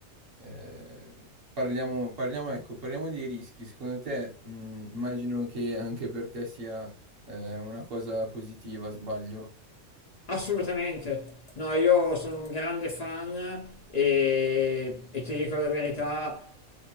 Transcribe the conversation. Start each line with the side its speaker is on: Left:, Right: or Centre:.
Right: Eh, Parliamo, parliamo, ecco, parliamo dei rischi. Secondo te, mh, immagino che anche per te sia eh, una cosa positiva, sbaglio?
Left: Assolutamente. No, io sono un grande fan e, e ti dico la verità,